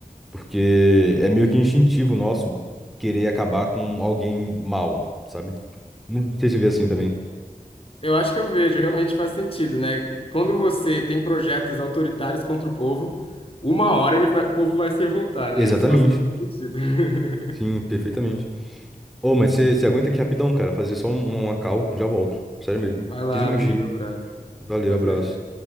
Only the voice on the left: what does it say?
Eu acho que eu vejo, realmente faz sentido, né? Quando você tem projetos autoritários contra o povo, uma hora ele vai- o povo vai se revoltar,
né? Isso faz todo sentido. <laughs>
Vai lá,
amigo. Um abraço.
Pode
deixar.